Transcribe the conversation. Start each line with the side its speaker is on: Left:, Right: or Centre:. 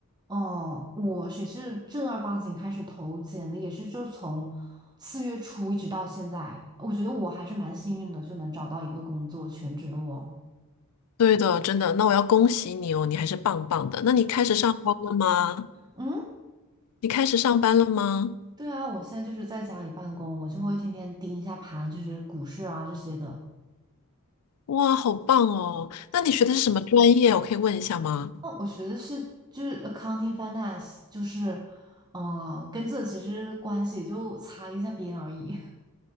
Right: 哦、我也是正儿八经开始投简历，也是就从四月初一直到现在，我觉得我还是蛮幸运的，就能找到一个工作，全职的我，
Left: 对的，真的。那我要恭喜你哦，你还是棒棒的。那你开始上班了吗？
Right: 嗯，
Left: 你开始上班了吗？
Right: 对啊，我现在就是在家里办公，我就会天天盯一下盘，就是股市啊这些的。
Left: 哇，好棒哦！那你学的是什么专业？我可以问一下吗？
Right: 哦，我学的是就是 accounting finance，就是，呃，跟这其实关系也就擦一下边而已。